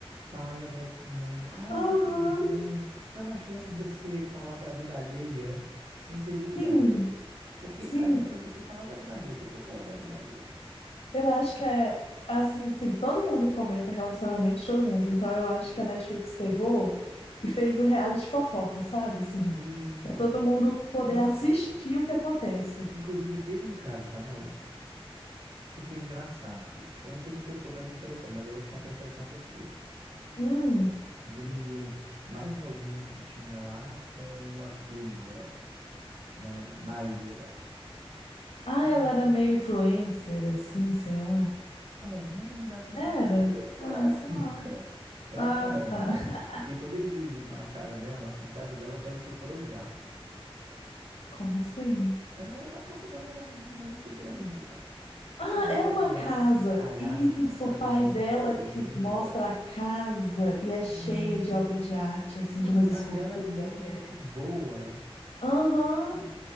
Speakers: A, on the right; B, on the left.
A: fala da opinião. Ah,
B: Aham.
A: é muito bom. É uma chance de você falar da vida alheia sem ser julgado.
B: Sim,
A: Porque
B: sim,
A: tá ali para você falar da vida alheia. Você quer falar da vida alheia?
B: Eu acho que é assim, assim, todo mundo comenta relacionamento de todo mundo. Então eu acho que a Netflix pegou e fez o reality fofoca, sabe? Assim,
A: Isso.
B: para todo mundo poder
A: Nossa,
B: assistir o que acontece.
A: inclusive teve um casal que foi engraçado. Porque, eu não sei se você ficou com essa impressão, mas eu vou te contar a impressão que eu fiquei.
B: Hum.
A: do menino mais novinho que tinha lá com uma ruiva, uma Maíra.
B: Ah,
A: Aí,
B: ela era meio influencer, assim, sei lá.
A: é, eu não lembro dela 100%,
B: Era?
A: não. Eu lembro que
B: Ah,
A: ela era
B: sei
A: rica
B: lá.
A: pra
B: Ah,
A: caramba.
B: tá. <laughs>
A: Porque quando eles visitam a casa dela, a casa dela parecia o Projac.
B: Como assim?
A: Ela era, a casa dela era muito grande, velho.
B: Ah,
A: Tinha obra
B: era uma
A: de
B: casa.
A: arte espalhada
B: Isso,
A: pela casa
B: o pai
A: dela
B: dela
A: inteira.
B: que mostra a casa e é cheia
A: É.
B: de obra de arte, assim,
A: Não,
B: de umas
A: e o pai
B: esculturas
A: dela é muito
B: até.
A: gente boa.
B: Aham,
A: E